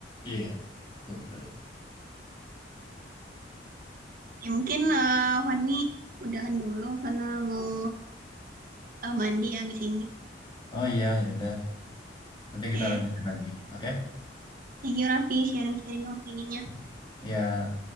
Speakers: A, on the left; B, on the right.
A: Iya, betul sekali.
B: Ya mungkin eh Fani udahan dulu karena mau eh, mandi habis ini.
A: oh iya ya udah nanti
B: Oke,
A: kita lanjutin lagi oke
B: thank you Raffi sharing-sharing opininya.
A: ya